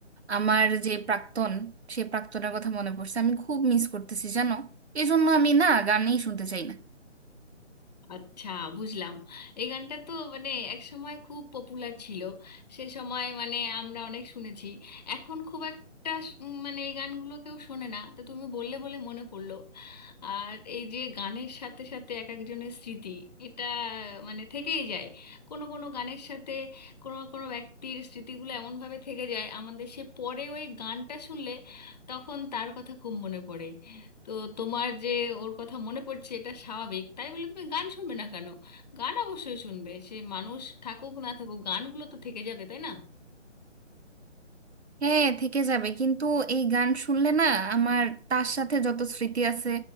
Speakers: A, on the right; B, on the left.
A: আমার যে প্রাক্তন সে প্রাক্তনের কথা মনে পড়ছে আমি খুব মিস করতেছি জানো এই জন্য আমি না গানই শুনতে চাই না
B: আচ্ছা বুঝলাম এই গানটা তো মানে এক সময় খুব পপুলার ছিল সে সময় মানে আমরা অনেক শুনেছি এখন খুব একটা শ- উম, মানে এই গানগুলো কেউ শোনে না তো তুমি বললে বলে মনে পড়লো আর এই যে গানের সাথে সাথে এক একজনের স্মৃতি এটা মানে থেকেই যায় কোনো কোনো গানের সাথে কোনো কোনো ব্যক্তির স্মৃতিগুলো এমনভাবে থেকে যায় আমাদের সে পরে ওই গানটা শুনলে তখন তার কথা খুব মনে পড়ে তো তোমার যে ওর কথা মনে পড়ছে এটা স্বাভাবিক তাই বলে তুমি গান শুনবে না কেন গান অবশ্যই শুনবে সে মানুষ থাকুক না থাকুক গানগুলো তো থেকে যাবে তাই না
A: হ্যাঁ থেকে যাবে কিন্তু এই গান শুনলে না আমার তার সাথে যত স্মৃতি আছে